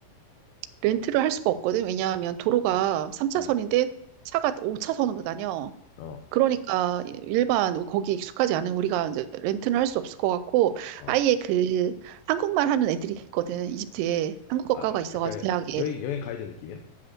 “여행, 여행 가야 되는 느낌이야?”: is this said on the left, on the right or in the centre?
Left